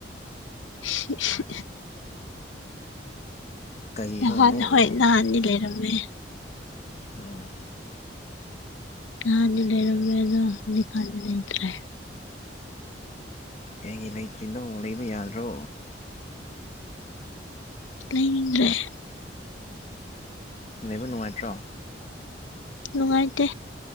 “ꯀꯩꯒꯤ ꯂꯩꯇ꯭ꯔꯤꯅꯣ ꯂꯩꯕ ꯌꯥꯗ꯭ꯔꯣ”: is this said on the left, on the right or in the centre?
Left